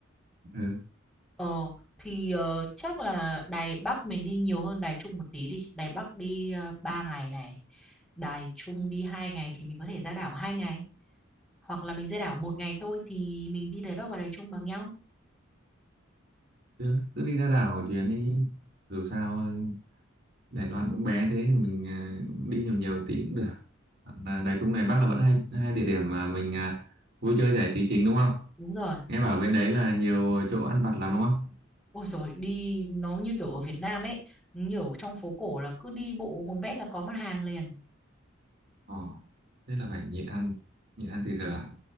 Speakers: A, on the right; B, in the centre.
A: ừ.
B: Ờ thì ờ, chắc là Đài Bắc mình đi nhiều hơn Đài Trung một tí đi. Đài Bắc đi uh, 3 ngày này. Đài Trung đi hai ngày thì mình có thể ra đảo 2 ngày. Hoặc là mình ra đảo một ngày thôi thì mình đi Đài Bắc và Đài Trung bằng nhau.
A: cứ, cứ đi ra đảo chuyến đi dù sao Đài Loan cũng bé thế mình à, đi nhiều nhiều tí cũng được Hoặc là Đài Trung Đài Bắc là vẫn hai hai địa điểm mà mình à, vui chơi giải trí chính đúng không
B: Đúng rồi.
A: nghe bảo bên đấy là nhiều chỗ ăn vặt lắm đúng không
B: Ôi rồi đi nó như kiểu ở Việt Nam ấy, nhiều trong phố cổ là cứ đi bộ một mét là có mặt hàng liền.
A: Ồ, thế là phải nhịn ăn nhịn ăn từ giờ à?